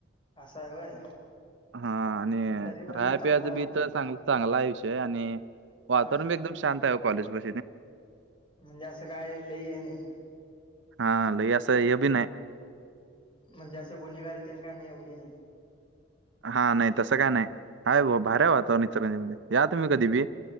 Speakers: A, on the left; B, on the right.
A: असा आहे होय
B: हा आणि
A: तरी पण
B: राय
A: चांगला
B: प्याज
A: आहे
B: बी
A: म्हणावं
B: तर चांग चांगला विषय आणि वाातवरण
A: हा
B: बी एकदम शांत आहे कॉलेज प
A: म्हणजे असं काय ल आहे नाही
B: हा लो असं हे बी नाही
A: म्हणजे असं गुन्हेगार यतीले का नाही एवढी नाही
B: हा नाही तसं काय नाही आहेा भऱ्या वातावरण इचरजी मध्ये या तुम्ही कधी बी